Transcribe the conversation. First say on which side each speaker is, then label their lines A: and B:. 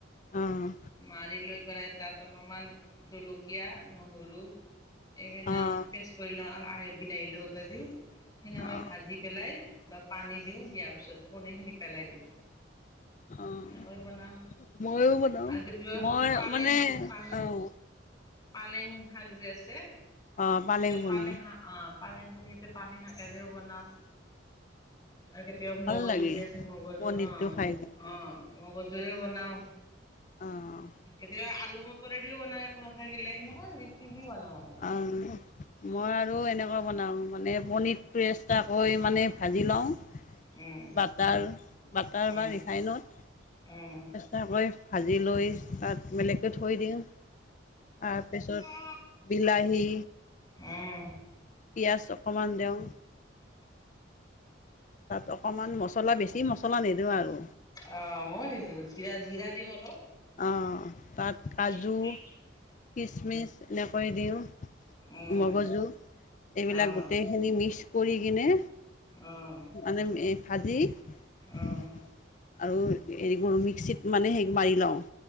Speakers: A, on the left; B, on the left.
A: অ',
B: মাৰি লৈ পেলাই, তাত অলপমান জলকীয়া নহৰু এই
A: অ',
B: পেটচ কৰি লওঁ, আৰু আহি বিলাহী লগতে দি, সেনেকৈ
A: অ',
B: ভাজি পেলাই, অলপ পানী দিওঁ, দিয়াৰ পিছত পনীৰখিনি পেলাই দিওঁ।
A: অ',
B: সেনেকৈ বনাওঁ।
A: ময়ো বনাওঁ,
B: আৰু কেতিয়াবা
A: মই
B: পালেং
A: মানে
B: পালেং
A: আহ
B: পালেং শাক যে আছে
A: অ',
B: এতিয়া
A: পনীৰ
B: পালেং শাক, আহ পালেং বুলি এতিয়া পালেং শাকেৰেও বনাওঁ। আৰু কেতিয়াবা
A: ভাল
B: মগজুৰ
A: লাগে
B: যে আছে, মগজুৰ
A: পনীৰটো
B: অ'
A: খাই
B: ম
A: কিনে
B: অ'। মগজুৰে বনাওঁ,
A: অ'।
B: কেতিয়াবা আলু মতৰেডিঅ' বনাওঁ একো নাথাকিলে, সেনেকুৱা <unintelligible> বনাওঁ আৰু।
A: উম, মই আৰু এনেকে বনাওঁ মানে পনীৰটো এক্সট্ৰাকৈ মানে ভাজি লওঁ,
B: উম
A: বাটাৰ, বাটাৰ
B: উম
A: বা ৰিফাইনত।
B: উম
A: এক্সট্ৰাকৈ ভাজি লৈ, তাত বেলেগকৈ থৈ দিওঁ। তাৰপিছত
B: অ'।
A: বিলাহী,
B: উম
A: পিয়াজ অকমান দেওঁ। তাত অকণমান মছলা, বেছি মছলা নিদিওঁ আৰু।
B: অ', মইযও নিদিও, জিৰা জিৰা দিওঁ অলপ।
A: অ', তাত
B: <unintelligible>
A: কাজু কিচমিচ এনেকৈ দিওঁ।
B: উম
A: মগজু এইবিলাক
B: অহ
A: গোটেইখিনি মিক্স কৰি কিনে
B: অহ
A: মানে এ ভাজি
B: অহ
A: আৰু হেৰি কৰোঁ মিক্সিত মানে সেই মাৰি লওঁ।